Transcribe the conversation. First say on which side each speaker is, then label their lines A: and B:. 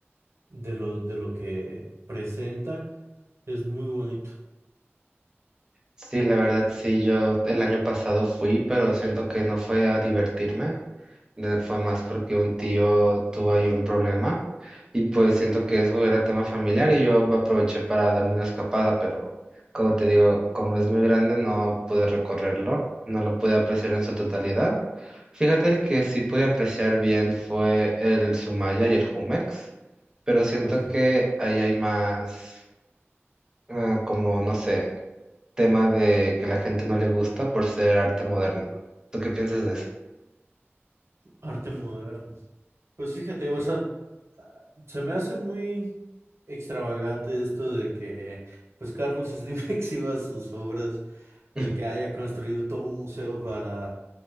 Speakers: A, on the right; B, on the right.
A: de lo, de lo que presentan es muy bonito.
B: Sí, la verdad, sí, yo el año pasado fui, pero siento que no fue a divertirme, de- fue más porque un tío tuvo ahí un problema y pues siento que eso era tema familiar y yo aproveché para darme una escapada, pero como te digo, como es muy grande, no pude recorrerlo, no lo pude apreciar en su totalidad. Fíjate, el que sí pude apreciar bien fue el Sumaya y el Jumex, pero siento
A: Ok.
B: que ahí hay más, ah, como, no sé, tema de que la gente no le gusta por ser arte moderno. ¿Tú qué piensas de eso?
A: Arte moderno. Pues fíjate, o sea, ah, se me hace muy extravagante esto de que pues Carlos Slim <laughs> exhiba sus obras y
B: <laughs>
A: que haya construido todo un museo para,